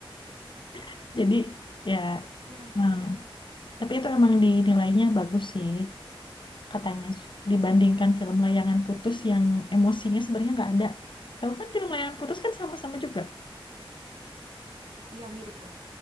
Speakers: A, on the left; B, on the right.
A: <laughs> jadi
B: Iya,
A: ya
B: Kayak ya ampun.
A: eh, tapi itu emang dinilainya bagus sih katanya dibandingkan film Layangan Putus yang emosinya sebenarnya nggak ada tahu kan film Layangan Putus kan sama-sama juga
B: Iya mirip lah.